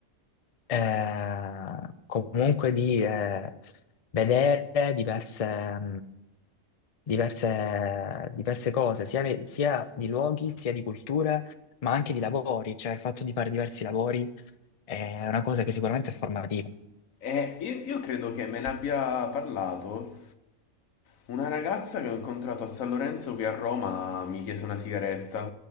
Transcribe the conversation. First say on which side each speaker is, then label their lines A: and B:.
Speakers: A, on the left (about 50°); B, on the left (about 80°).
A: eh, comunque di eh, vedere diverse diverse, diverse cose, sia, ne- sia di luoghi, sia di culture, ma anche di lavori, cioè il fatto di fare diversi lavori è una cosa che sicuramente è formativa.
B: Eh, io, io credo che me ne abbia parlato una ragazza che ho incontrato a San Lorenzo qui a Roma, mi chiese una sigaretta,